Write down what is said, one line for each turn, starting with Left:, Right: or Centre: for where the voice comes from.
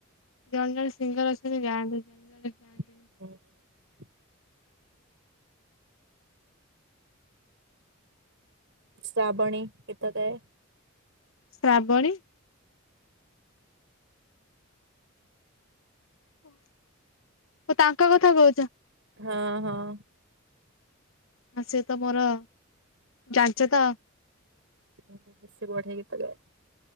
Left: ଜଣେ ଜଣେ ସିନ୍ଗର ଆସିକି ଗାଆନ୍ତି ଜଣେ ଜଣେ ଗାଁ
Right: <unintelligible> ଶ୍ରାବଣୀ ଗୀତ ଗାଏ।
Left: ଶ୍ରାବଣୀ। ଓ, ଓ ତାଙ୍କ କଥା କହୁଚ।
Right: ହଁ ହଁ।
Left: ଆ ସେ ତ ମୋର ଜାଣିଚ ତ।
Right: ଉଁ ଉଁ ସେ ବଢ଼ିଆ ଗୀତ ଗାଏ।